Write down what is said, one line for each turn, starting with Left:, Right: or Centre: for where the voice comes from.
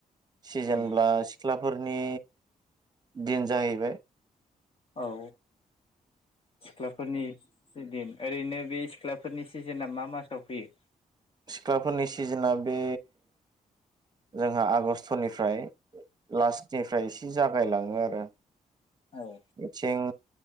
Right: सिजेनब्ला
Left: उम
Right: सिख्लाफोरनि दिन जाहैबाय
Left: औ सिख्लाफोरनि सि दिन ओरैनो बे सिख्लाफोरनि सिजोनना मा मासाव फैयो
Right: सिख्लाफोरनि सिजोनआ बे जोंहा आगस्टनिफ्राय लास्टनिफ्राय एसे जागायलाङो आरो
Left: औ
Right: बिथिं